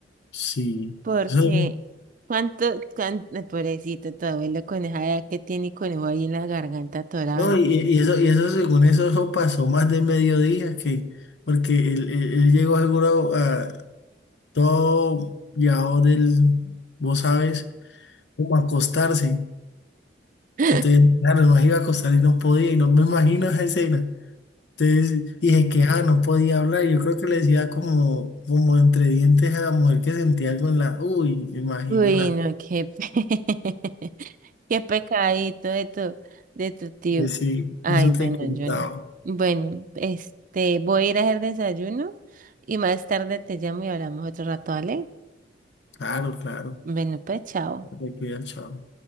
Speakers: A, on the left (about 70°); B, on the right (about 50°).
A: Sí.
B: Porque
A: Eso-
B: cuánto, cuánto, pobrecito, tu abuelo con esa edad que tiene y conejo ahí en la garganta atorado.
A: no,
B: ¿no?
A: y, y eso, y eso, según eso, eso pasó más de mediodía, que, porque él, él- él llegó seguro a todo llevado del, vos sabes, como a acostarse.
B: <laughs>
A: Entonces, claro, nos iba a acostar y no podía, y no me imagino esa escena. Entonces dije que ah, no podía hablar. Yo creo que le decía como, como entre dientes a la mujer que sentía algo en la. Uy, me imagino
B: Uy,
A: la.
B: no, qué, pe- <laughs> qué pecadito de tu, de tu tío.
A: eh, Sí,
B: Ay,
A: eso
B: bueno,
A: te contaba.
B: Jonah. Bueno, este, voy a ir a hacer desayuno y más tarde te llamo y hablamos otro rato, ¿vale?
A: Claro, claro.
B: Bueno, pues, chao.
A: Te cuidas, chao.